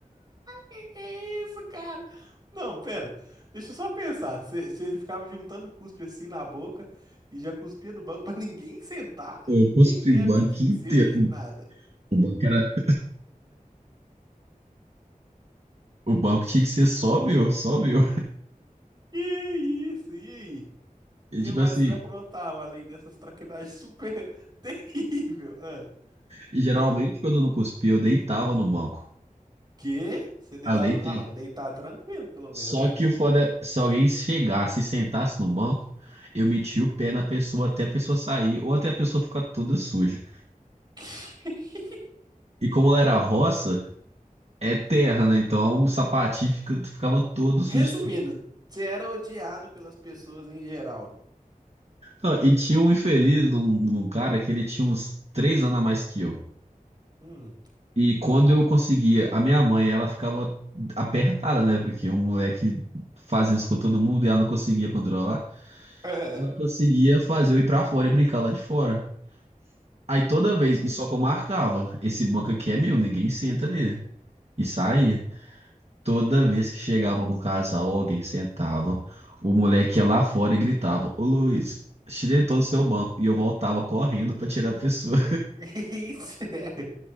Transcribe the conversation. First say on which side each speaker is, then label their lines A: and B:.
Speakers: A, on the right; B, on the right.
A: Que que é isso, cara? Não, pera. Deixa eu só pensar. Você ficava juntando cuspe assim na boca e já cuspia no banco pra ninguém sentar?
B: eu
A: Ninguém,
B: cuspi
A: nem
B: o
A: amiguinho
B: banco inteiro.
A: seu, nem
B: O
A: nada.
B: o banco era. O banco tinha que ser só meu, só meu.
A: Que isso? E aí? O
B: E
A: que
B: tipo
A: mais
B: assim,
A: que você aprontava além dessas traquinagens super <laughs> terrível? Ah,
B: e geralmente
A: ah.
B: quando eu não cuspia, eu deitava no banco.
A: Que? Você deitava
B: ah Eu deitava.
A: no... Ah, não. Deitar tranquilo, pelo
B: Só
A: menos, né?
B: que o foda, é, se alguém chegasse e sentasse no banco, eu metia o pé na pessoa até a pessoa sair ou até a pessoa ficar toda suja.
A: <laughs>
B: E como ela era roça, é terra, né? Então o sapatinho fica- ficava todo sujo.
A: Resumindo, você era odiado pelas pessoas em geral.
B: Não, e tinha um infeliz num, num cara que ele tinha uns três anos a mais que eu.
A: Hum.
B: E quando eu conseguia, a minha mãe, ela ficava apertada, né? Porque o moleque faz isso com todo mundo e ela não conseguia controlar.
A: Ah,
B: Ela conseguia fazer eu ir pra fora e brincar lá de fora. Aí toda vez,
A: Hum,
B: e só que eu marcava, esse banco aqui é meu, ninguém senta nele. E saía.
A: hum.
B: Toda vez que chegava algum casal, alguém sentava, o moleque ia lá fora e gritava: Ô Luiz, tirei todo o seu banco. E eu voltava correndo pra tirar a pessoa.
A: <laughs> Isso é.